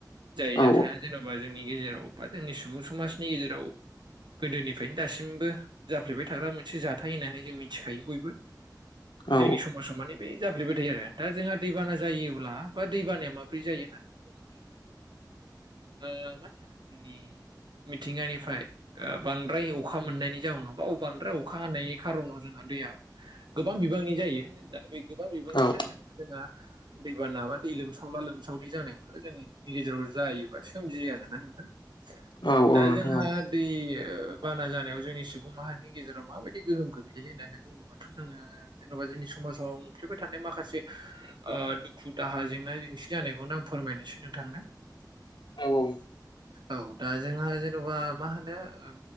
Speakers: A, on the right; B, on the left.
A: जाय
B: औ
A: जाथाया जेन'बा जोंनि गेजेराव बा जोंनि सुबुं समाजनि गेजेराव गोदोनिफ्रायनो दासिमबो जाफ्लेबाय थाग्रा मोनसे जाथाय होननानै जों मिथिखायो बयबो
B: औ
A: जोंनि समाजाव माने बे जाफ्लेबाय थायो आरो दा जोंहा दैबाना जायोब्ला बा दैबानाया माबोरै जायो होननानै बुङो ओ माहोनो जोंनि मिथिंगानिफ्राय ओ बांद्राय अखा मोननायनि जाउनाव बा बांद्राय अखा हानायनि खार'नाव जोंहा दैया गोबां बिबांनि जायो। दा बे गोबां बिबांनि
B: औ
A: जानायावथ जोंहा दैबा नाबा दै लोमसावला लोमसावलि जानायफोरा जोंनि गेजेराव जायोबा सोमजियो आरो ना नोंथां।
B: औ
A: दा
B: औ नोंथां
A: जोंहा
B: औ
A: दै बाना जानायाव जोंनि सुबुं माहारिनि गेजेराव माबायदि गोहोम खोख्लैयो होननानै बुङो? बुङबाथ' जोंङो जेनेबा जोंनि समाजाव नुफ्लेबाय थानाय माखासे ओ दुखु दाहा जेंना जेंसि जानायखौनो आं फोरमायनोसै नोंथांनो
B: औ औ
A: औ दा जोंहा जेन'बा मा होनो ओ